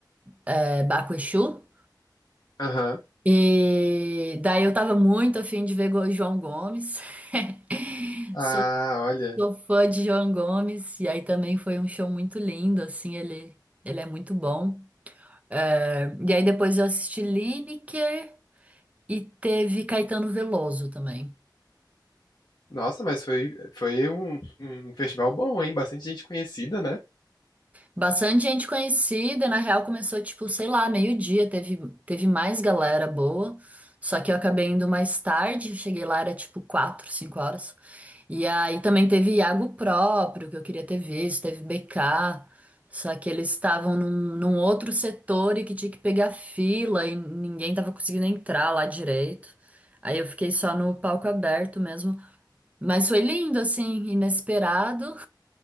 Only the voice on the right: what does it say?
é, Baco Exu.
E daí eu tava muito afim de ver Go- João Gomes. <laughs>
Só
Sou fã de João Gomes, e aí também foi um show muito lindo, assim, ele, ele é muito bom. É, E aí depois eu assisti Lineker e teve Caetano Veloso também.
Bastante gente conhecida, na real começou, tipo, sei lá, meio-dia, teve, teve mais galera boa, só que eu acabei indo mais tarde, cheguei lá, era tipo quatro, cinco horas. E aí também teve Iago próprio, que eu queria ter visto, teve BK, só que eles estavam num, num outro setor e que tinha que pegar fila e ninguém tava conseguindo entrar lá direito. Aí eu fiquei só no palco aberto mesmo. Mas foi lindo, assim, inesperado.